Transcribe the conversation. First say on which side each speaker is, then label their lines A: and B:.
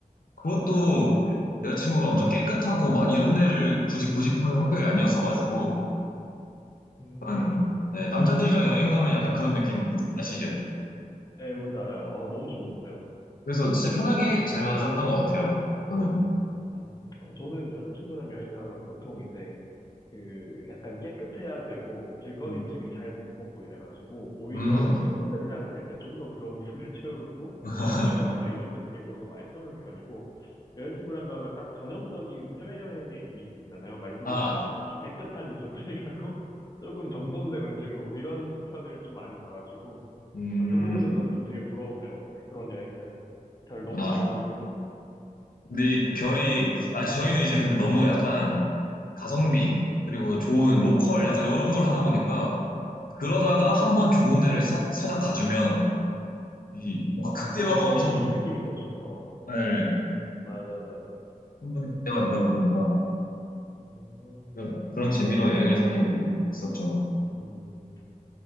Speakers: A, on the left (about 85°); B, on the left (about 25°).
A: 그것도
B: 네.
A: 여자친구가 엄청 깨끗하고 막 이런 데를 굳이 고집하는 성격이 아니었어가지고
B: 음.
A: 약간 네, 남자들이랑 여행 가면 약간 그런 느낌 아시죠?
B: 네, 뭔지 알아요. 아, 너무 좋은데요?
A: 그래서 진짜 편하게 잘 맞았던 것 같아요. 저는.
B: 어, 저는 여자친구랑 여행 가면 보통 이제 그 약간 깨끗해야 되고 길거리
A: 음.
B: 음식을 잘 못 먹고 이래가지고 오히려
A: 음.
B: 친구들이랑 갈 때 좀 더 그런 부분을 <laughs> 채우고
A: 아,
B: 또 회사에서 가거나
A: <laughs>
B: 이럴 때 되게 그런 걸 많이 채우는 편이고 여자친구랑 가면 딱 전형적인 해외여행의 이미지 있잖아요. 말씀
A: 아,
B: 주신 것처럼 좀 깨끗한 리조트를 <laughs> 가고 조금 정돈된 음식을 먹고 이런 편을 좀 많이 가가지고
A: 음.
B: 아, 그 부분에서는 좀 되게 부러운데요. 그런 여행 타입. 잘 너무
A: 아,
B: 잘 맞으시는 것 같아요.
A: 근데 결이, 아, 저희는 이제 근데 너무 약간 가성비,
B: 네네.
A: 그리고 좋은
B: 아,
A: 로컬, 약간 이런 걸 하다 보니까, 그러다가 한 번 좋은 데를 사, 살짝 가주면, 이
B: 음,
A: 뭔가
B: 아,
A: 극대화가
B: 그럼 더
A: 엄청,
B: 이게 느낌이 더 좋죠.
A: 네,
B: 맞아요, 맞아요.
A: 한 번에 극대화
B: 어,
A: 되다 보니까,
B: 어,
A: 그런 그런 재미로 여행을 다니고 있었죠.
B: 음,